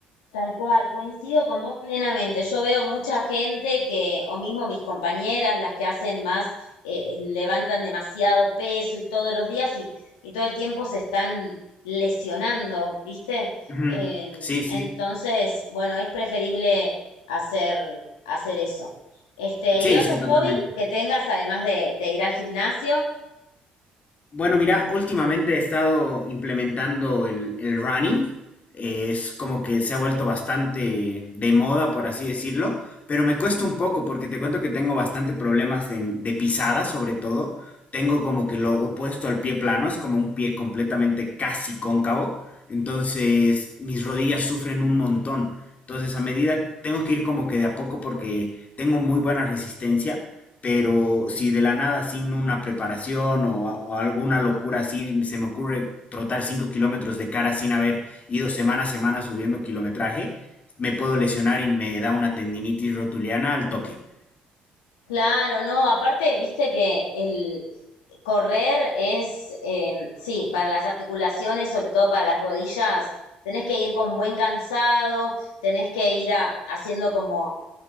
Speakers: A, on the left (about 85°); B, on the left (about 45°).
A: Tal cual, coincido con vos plenamente. Yo veo mucha gente que, o mismo mis compañeras, las que hacen más, eh, levantan demasiado peso y todos los días y, y todo el tiempo se están lesionando, ¿viste?
B: Ujú.
A: Eh,
B: Sí, sí,
A: entonces, bueno, es preferible hacer, hacer eso. Este,
B: sí,
A: ¿y otro
B: sí, totalmente.
A: hobby que tengas además de, de ir al gimnasio?
B: Bueno, mira, últimamente he estado implementando el, el running. eh, es como que se ha vuelto bastante de moda, por así decirlo, pero me cuesta un poco porque te cuento que tengo bastante problemas en- de pisada, sobre todo. Tengo como que lo opuesto al pie plano, es como un pie completamente casi cóncavo. Entonces, mis rodillas sufren un montón. Entonces, a medida tengo que ir como que de a poco porque tengo muy buena resistencia pero si de la nada, sin una preparación o, a- o alguna locura así, se me ocurre trotar 5 kilómetros de cara sin haber ido semana a semana subiendo kilometraje, me puedo lesionar y me da una tendinitis rotuliana al toque.
A: Claro, no, aparte, viste que el correr es, eh, sí, para las articulaciones, sobre todo para las rodillas, tenés que ir con buen calzado, tenés que ir a- haciendo como,